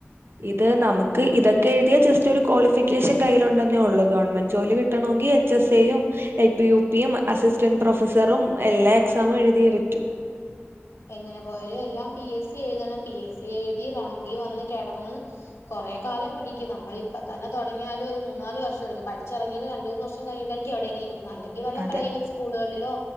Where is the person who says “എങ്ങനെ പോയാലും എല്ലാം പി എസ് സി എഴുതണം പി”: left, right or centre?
Left